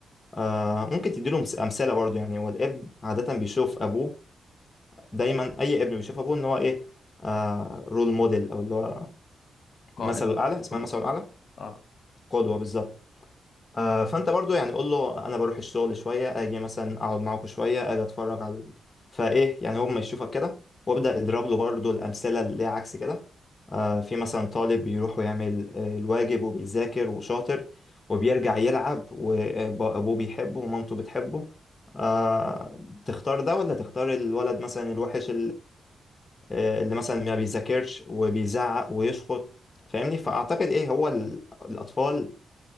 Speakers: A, on the left; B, on the left.
A: آه ممكن تديله مس- امثلة برضو يعني والابن عادة بيشوف ابوه دايما اي ابن بيشوف ابوه ان هو ايه آه رول موديل او اللي هو
B: قائد
A: مثله الاعلى اسمها
B: قدوة
A: مثله الاعلى
B: اه
A: قدوه بالظبط آه فانت برضو يعني قول له انا بروح الشغل شويه اجي مثلا اقعد معاكم شويه اجي اتفرج على فايه يعني هو ما يشوفك كده وابدا اضرب له برضو الامثله اللي هي عكس كده آه في مثلا طالب بيروح ويعمل آه، الواجب وبيذاكر وشاطر وبيرجع يلعب وابوه بيحبه ومامته بتحبه آه تختار ده ولا تختار الولد مثلا الوحش آه، اللي مثلا ما بيذاكرش وبيزعق ويشخط فاهمني فاعتقد ايه هو ال- الاطفال